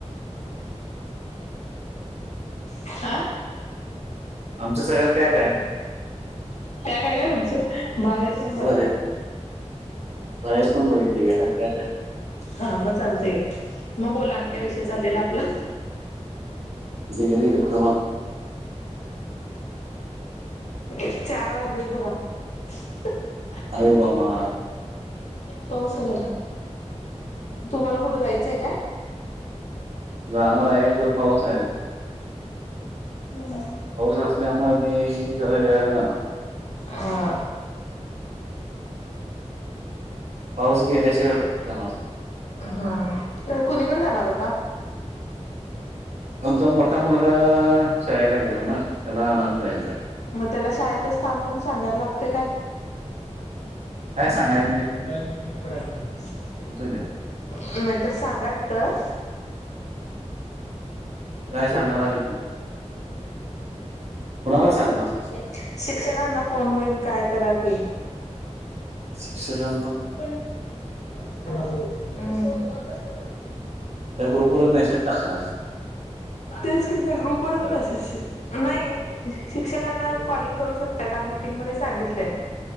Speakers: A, on the left; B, on the right.
A: ह आा
B: आमचं सगळं पॅक आहे.
A: त्या काय काय तुमचं बाहेर कोण बघा
B: व्हय बाहेर पण बघितलं की हाय पॅक आहे.
A: हा मग चालत या मग बोला आणि काय विषय चाललेला आपला
B: डग्री डिप्लोमा
A: एक चार वाजलेत बघा <inaudible> <unintelligible>
B: अरे बाबा
A: पासल तुम्हाला कुठे जायचंय का
B: जाणं आहे ज पाऊस आहे
A: हम्
B: पाऊस असल्यामुळे मी जरा वेळान जाणार
A: हा
B: पाऊस गेल्याश वेट जा
A: हा कुणीकडे जाणार होता
B: अगचा मोठा मुलगा शाळेला गेलाय ना त्याला आणयला दयचा
A: मग त्याला शाळेतच थांबून सांगायला लागते काय
B: काय सांगाय
A: <inaudible> <unintelligible>
B: त्यो
A: नाही तर सांगा तिथं ब
B: काय सांगायला लागत नाही कुणाला सांगणार.
A: <inaudible> शिक्षकांना फोन मिन काय करा की
B: शिक्कण
A: <unintelligible> <inaudible>
B: त्या ग्रुपवर मेसेज टाका
A: तेच क ग्रुपरच
B: टाकायला
A: मेसेज नाही शिक्षकांना कॉलिंग करू शकताय काल मीटिंगमध्ये सांगितलंय